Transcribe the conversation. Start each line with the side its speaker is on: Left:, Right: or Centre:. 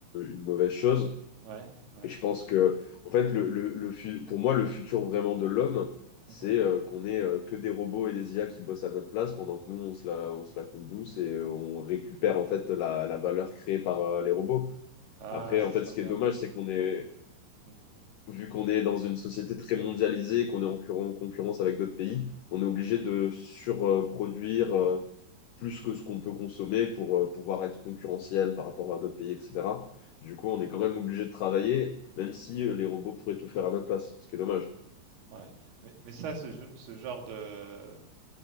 Left: une mauvaise chose.
Right: ouais, ouais.
Left: Et je pense que, en fait, le, le, le fu- pour moi, le futur vraiment de l'homme, c'est
Right: Mhm.
Left: euh, qu'on ait euh, que des robots et des IA qui bossent à notre place pendant que nous, on se la, on se la coule douce et euh, on récupère en fait la, la valeur créée par euh, les robots.
Right: Ah,
Left: Après,
Right: ce
Left: en
Right: serait
Left: fait, ce
Right: bien.
Left: qui est dommage,
Right: ouais.
Left: c'est qu'on est,
Right: Mm,
Left: vu qu'on est dans une société très mondialisée, qu'on est en, cur- en concurrence avec d'autres pays, on est obligé de surproduire euh, plus
Right: mhm.
Left: que ce qu'on peut consommer pour euh, pouvoir être concurrentiel par rapport à d'autres pays, etc. Du coup, on est quand même obligé de travailler, même si euh, les robots pourraient tout faire à notre place, ce qui est dommage. <laughs>
Right: Ouais. Mais, mais ça, ce, ge- ce genre de euh,